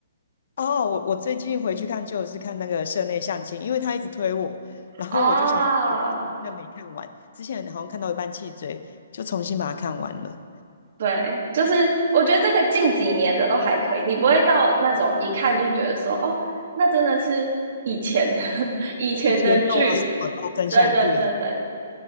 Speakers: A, on the left; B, on the right.
A: 哦，我我最近回去看就是看那个社内相亲，因为他一直推我，然后我就想说，
B: 啊。
A: 哦我之前没看完，之前好像看到一半弃追，就重新把它看完了，
B: 对，就是我觉得这个近几年的都还可以，你不会到那种一看就觉得说，哦，那真的是以前 <laughs> 以前的剧。
A: 就节奏啊什么的跟现在不一。
B: 对对对对